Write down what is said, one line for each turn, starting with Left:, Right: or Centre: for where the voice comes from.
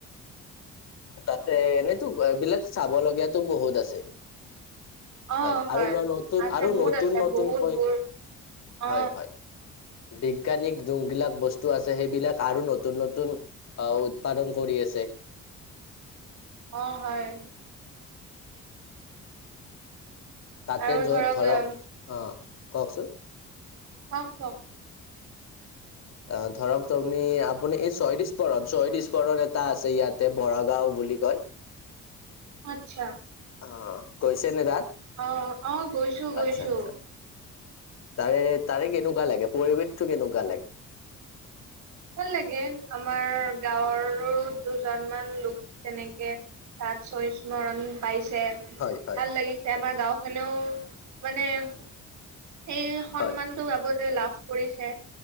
Left: তাতে এনেইটো এইবিলাক চাব লগীয়া টো বহুত আছে।
Right: অ
Left: তাত।
Right: হয়
Left: আৰু ন নতুন
Right: আছে
Left: আৰু
Right: বহুত
Left: নতুন
Right: আছে
Left: নতুনকৈ
Right: বহুতবোৰ অ।
Left: হয় হয় বিজ্ঞানিক যোনবিলাক বস্তু আছে সেইবিলাক আৰু নতুন নতুন আহ উৎপাদন কৰি আছে।
Right: অ হয়।
Left: তাতে
Right: আৰু
Left: যত ধৰক,
Right: উম,
Left: অঁ কওকচোন?
Right: আ কওক। <inaudible>
Left: অহ ধৰক তহ আপুনি আপুনি এই শ্বহীদ স্মৰণ শ্বহীদ স্মৰণ এটা আছে ইয়াতে বৰাগাওঁ বুলি কয়
Right: আচ্ছা।
Left: অঁ গৈছে নে তাত?
Right: অ অ গৈছোঁ গৈছোঁ।
Left: আচ্ছা আচ্ছা তাৰে তাৰে কেনেকুৱা লাগে পৰিৱেশটো কেনেকুৱা লাগে?
Right: ভাল লাগে আমাৰ গাঁৱৰো দুজনমান লোক তেনেকে। তাত শ্বহীদ স্মৰণ পাইছ ছে
Left: হয় হয়
Right: ভাল লাগিছে আমাৰ গাঁওখনেও মানে। সেই সন্মানটো
Left: হয়
Right: গাব যে লাভ কৰিছে।